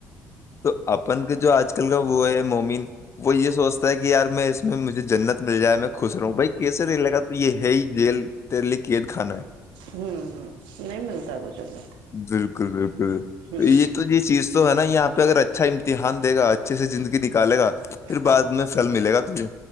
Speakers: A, on the left (about 35°); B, on the right (about 75°).
A: تو اپن کا جو آج کا وہ ہے مومن وہ یہ سوچتا ہے کہ یار میں اس میں مجھے جنت میں مل جائے میں خوش رہا ہوں بھائی کیسر لگا تو یہ ہے ہی جیل تیرلیے کیید کانا ہے
B: ہوں ہ نہیں ملتا گ جر میں
A: ہے بالکل بالکل تو
B: ہ
A: یہ تو یہ چیز تو ہے نا یہاں پہ اگر اچھا امتحان دےا اچھے سے زندگی نکالے گا پھر
B: ہاں
A: بعد میں پھل ملے گا تجھے